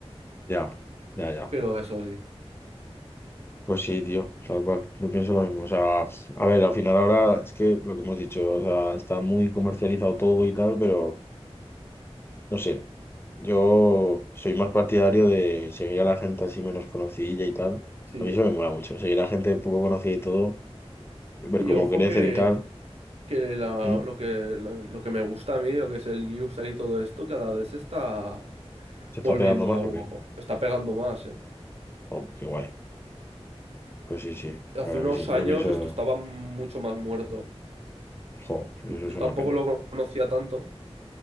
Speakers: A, on the left (about 20°); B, on the right (about 70°).
A: Ya, ya, ya.
B: pero eso sí,
A: Pues sí, tío, tal cual. Yo pienso lo mismo. O sea, a ver, al final ahora es que lo que hemos dicho, o sea, está muy comercializado todo y tal, pero... No sé, yo soy más partidario de seguir a la gente así menos conocidilla y tal.
B: sí.
A: A mí eso me mola mucho, seguir a gente poco conocida y todo, ver
B: Y
A: cómo
B: ojo
A: crecen
B: que
A: y tal.
B: que la-
A: ¿Mm?
B: lo que, lo, que me gusta a mí, lo que es el Newstar y todo esto, cada vez está
A: ¿Se
B: volviendo,
A: está pegando más o qué?
B: está pegando más, ¿eh?
A: Oh, pues qué guay. Pues sí, sí,
B: Hace
A: la verdad
B: unos
A: que sí.
B: años
A: Yo pienso,
B: esto estaba mucho más muerto.
A: jo, pues
B: Y
A: eso es
B: yo
A: una
B: tampoco
A: pena.
B: lo conocía tanto,